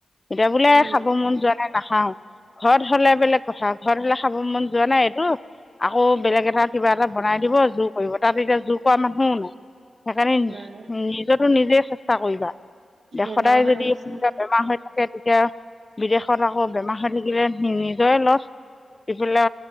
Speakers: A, on the left; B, on the right.
A: এতিয়া বোলে
B: উম
A: খাব মন যোৱা নাই নাখাও। ঘৰত হলে বেলেগ কথা ঘৰত হলে খাব মন যোৱা নাই এইটো আকৌ বেলেগ এটা কিবা এটা বনাই দিব জোৰ কৰিব তাত এতিয়া জোৰ কৰা মানুহও নাই। সেইকাৰণে
B: নাই
A: নিজটো নিজে চেচ কৰিবা
B: বেমাৰ
A: সদায়
B: হৈ
A: যদি
B: আছে
A: বেমাৰ হৈ থাকে। তেতিয়া বিদেশত আকৌ বেমাৰ হৈ থাকিলে নিজৰে লছ। ইফালে